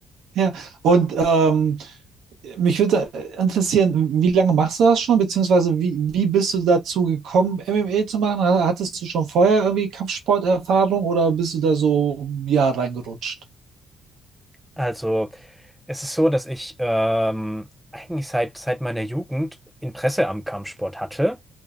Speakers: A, on the right; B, in the centre.
A: ja. Und ähm, Mich würde interessieren, wie lange machst du das schon, beziehungsweise wie, wie bist du dazu gekommen, MMA zu machen? Ha- Hattest du schon vorher irgendwie Kampfsporterfahrung oder bist du da so, ja, reingerutscht?
B: Also, es ist so, dass ich ähm, eigentlich seit, seit meiner Jugend Interesse am Kampfsport hatte.